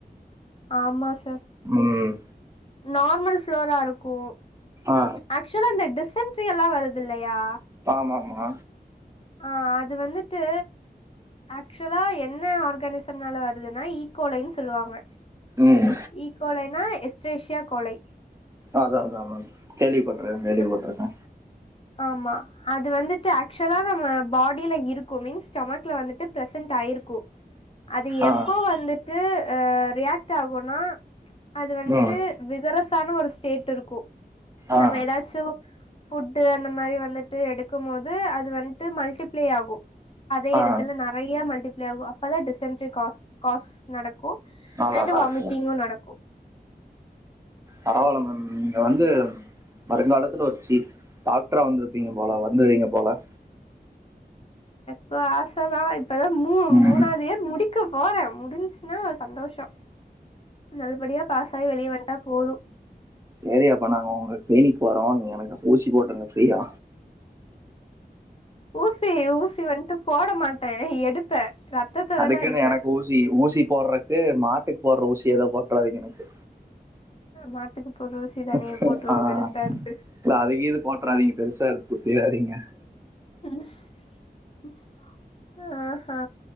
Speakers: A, on the left; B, on the right.
A: ஆமா சார்.
B: உம்
A: நார்மல் ஃப்ளோராருக் கு
B: ஆ
A: ஆக்சுவலா இந்த டிசன்ட்ரி எல்லாருது இல்லையா
B: ஆமாமா
A: ஆ அது வந்துட்டு ஆக்ச்சுவலா என்ன ஆர்கானிசம்னால வருதுனா இ கோலைன் சொல்லுவாங்க
B: ம்
A: ஈகோலைனா இஸ் சேஷ்யா கொளை
B: அதா அதா அதா மேம் கேள்விப்பட்ருக்க கேள்விப்பட்ருக்கே
A: சோ ஆமா அது வந்துட்டு ஆக்சுவலா நம்ம பாடில இரு கு மின்ஸ் ஸ்டொமக்ல வந்துட்டு ப்ரசன்ட் ஆயிருக்கு அது
B: ஆ
A: எப்போ வந்துட்டு அ ரியாக்ட் ஆகுன்னா அது வந்துட்டு
B: ம்
A: விகரஸ் டானு ஒரு ஸ்டேட் இருக்கு
B: ஆ
A: நம்ம எதாச்சு ஃபுட் அந்த மாரி வந்துட்டு எடுக்கும் போது அது வந்துட்டு மல்டிப்ளை ஆகும் அதே
B: ஆ
A: எடத்துல நறைய மல்டி ப்ளெ ஆகு அப்பதா டிசன்ட்ரி காஸ் காஸ் நடக் கு
B: அதான்
A: அண்ட்
B: கரெக்ட்
A: வாமிட்டிங்கு நடக்கு உம்
B: பரவால்ல மேம் நீங்க வந்து வருங்காலத்துல ஒரு சீஃப் டாக்டரா வந்திருப்பீங்க போல வந்துருவீங்க போல
A: கு ஆச தா இப்ப தா மூ
B: ம்
A: மூணாவதியர் முடி க்க போறே முடிஞ்ச்சுனா சந்தோஷொ நல்லபடியா பாஸாயி வெளிய வன்ட்டா போது
B: செரி அப்ப நாங்க உங்க ட்ரைனிங்க்கு வரோ நீங்க எனக்கு ஊசி போட்ருங்க ஃப்ரீயா
A: ஊசி ஊசி வன்ட்டு போட மாட்டே‌ எடுப்பே ரத்தத்த வேணா
B: அதுக்குனு
A: எடுப்பே
B: எனக்கு ஊசி ஊசி போடுடறக்கு மாட்டுக்கு போட்டற ஊசி ஏதோ போட்டுறதிங்க எனக்கு
A: மாட்டுக்கு போட்ற ஊசி தானே
B: <unintelligible>
A: போட்ருவோ
B: ஆஹ்
A: பெருசா எடுத்து
B: இல்ல அதுக்கு இது போட்றாதீங்க பெருசா குத்திடாதீங்க
A: <inaudible> ஆஹா